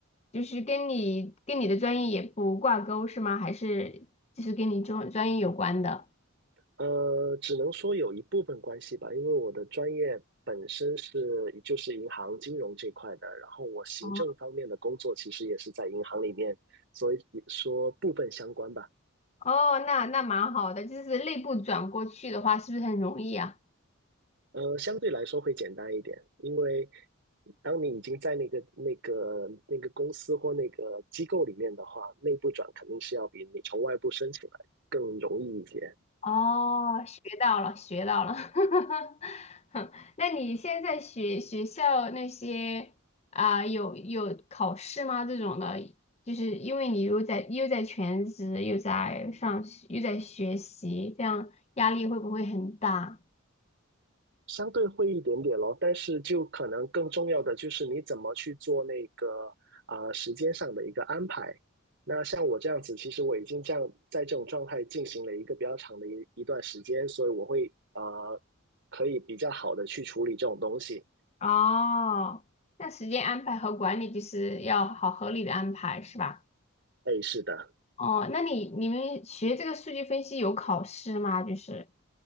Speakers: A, on the left (about 30°); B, on the right (about 55°).
A: 就是跟你跟你的专业也不挂钩是吗？还是就是跟你专专业有关的？
B: 呃，只能说有一部分关系吧，因为我的专业本身是就是银行金融这块的，然后我行政方面的工作其实也是在银行里面，
A: 哦。
B: 所以说部分相关吧。
A: 哦，那那蛮好的，就是内部转过去的话，是不是很容易啊？
B: 呃，相对来说会简单一点，因为当你已经在那个那个那个公司或那个机构里面的话，内部转肯定是要比你从外部申请来更容易一些，
A: 哦，学到了，学到了。<laughs> 哼，那你现在学学校那些啊、有有考试吗？这种的，就是因为你又在又在全职，又在上学，又在学习，这样压力会不会很大？
B: 相对会一点点咯。但是就可能更重要的就是你怎么去做那个啊、呃时间上的一个安排。那像我这样子，其实我已经这样在这种状态进行了一个比较长的一一段时间，所以我会啊、呃可以比较好的去处理这种东西。
A: 哦，那时间安排和管理就是要好合理的安排，是吧？
B: 哎，是的。
A: 哦，那你你们学这个数据分析有考试吗？就是